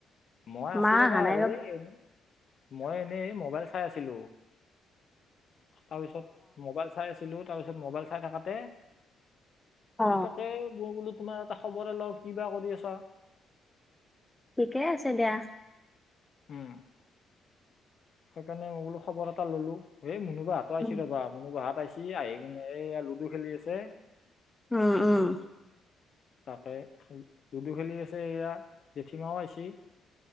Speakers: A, on the left (about 45°); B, in the centre.
A: মই আছো
B: মা
A: ৰবা।
B: অহা নাই
A: এই এনে। মই এনে মবাইল চাই আছিলো তাৰপিছত, অ মবাইল চাই আছিলো। তাৰপিছত মোবাইল চাই থাকাতে,
B: অ
A: তাকে মই বোলো তোমাৰ এটা খবৰে লও, কিবা কৰি আছা।
B: ঠিকে আছে দিয়া।
A: উম। সেইকাৰণে মই বোলো খবৰ এটা ললো। হে মুনুবা হতোও আহছি
B: উম
A: ৰ'বা। মুনুবাহত আহছি আহি কেনে এয়া লুডু খেলি আছে।
B: উম। উম।
A: তাকে লুডু খেলি আছে এয়া। জেঠীমাও আহছি।